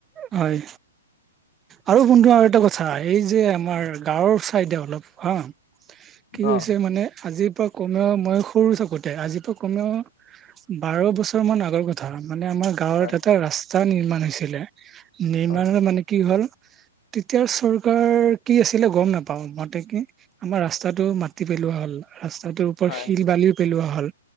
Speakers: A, on the right (about 20°); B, on the left (about 45°).
A: হয়। আৰু বন্ধু আৰু এটা কথা এই যে আমাৰ গাঁৱৰ চাইডে অলপ হা কি হৈছে
B: অ
A: মানে আজিৰ পৰা কমেও মই সৰু থাকোঁতে আজি কমেও বাৰ বছৰ মান আগৰ কথা মানে আমাৰ গাঁৱত
B: হয়
A: এটা ৰা টা নিৰ্মাণ হৈছিলে, নিৰ্মাণ
B: হয়
A: এটা মানে কি হ'ল, তেতিয়া চৰকাৰ কি আছিলে গম নাপাওঁ সঠিকে। আমাৰ ৰাস্তাটো মাটি পেলোৱা হল, ৰাস্তাটোৰ ওপৰত
B: হয়
A: শিল বালিও পেলোৱা হল,